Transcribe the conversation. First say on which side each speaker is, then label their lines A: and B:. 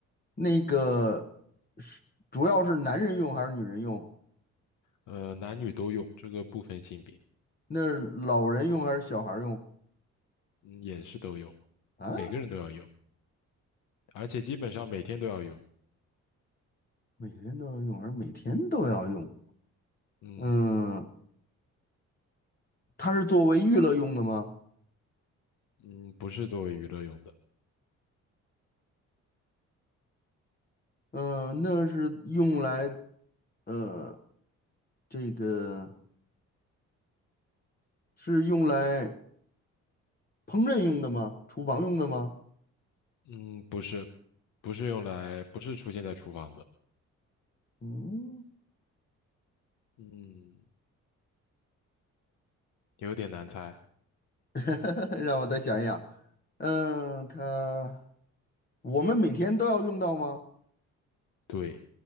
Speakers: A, on the left; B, on the left.
A: 那个是主要是男人用还是女人用？
B: 呃，男女都用，这个不分性别，
A: 那是老人用还是小孩儿用？
B: 嗯，也是都用，
A: 啊，
B: 每个人都要用，而且基本上每天都要用。
A: 每人都要用，而每天都要用。
B: 嗯
A: 嗯，它是作为娱乐用的吗？
B: 嗯，不是作为娱乐用的，
A: 嗯，那是用来，呃，这个是用来烹饪用的吗？厨房用的吗？
B: 嗯，不是，不是用来，不是出现在厨房的。
A: 嗯，
B: 嗯，有点难猜。
A: <laughs> 让我再想一想。嗯，它我们每天都要用到吗？
B: 对，